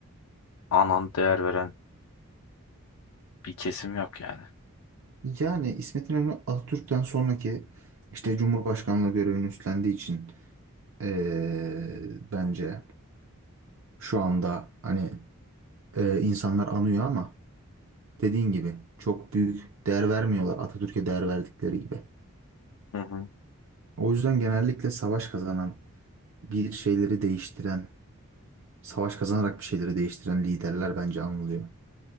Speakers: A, on the left; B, on the right.
A: anan değer veren bir kesim yok yani.
B: Yani İsmet İnönü Atatürk'ten sonraki işte Cumhurbaşkanlığı görevini üstlendiği için eee, bence şu anda hani eee, insanlar anıyor ama dediğin gibi çok büyük değer vermiyorlar Atatürk'e değer verdikleri gibi.
A: Hı hı.
B: O yüzden genellikle savaş kazanan, bir şeyleri değiştiren, Savaş kazanarak bir şeyleri değiştiren liderler bence anılıyor.